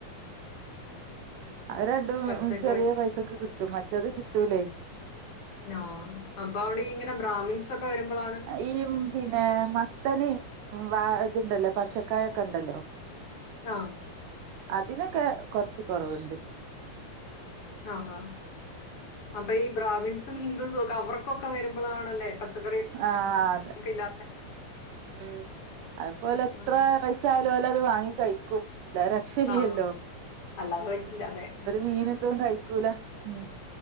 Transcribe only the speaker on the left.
പച്ചക്കറി
ഞാഹ് അപ്പൊ അവിടീങ്ങനെ ബ്രാഹ്മിൻസൊക്കെ വരുമ്പളാണ്
ആഹ്
ആഹാ അപ്പൊ ഈ ബ്രാഹ്മിൻസും ഹിന്ദൂസും ഒക്കെ അവർക്കൊക്കെ വരുമ്പളാണല്ലേ പച്ചക്കറി
ക്കില്ലാതെ
ഉം.
ആ അല്ലാതെ പറ്റില്ല അതെ.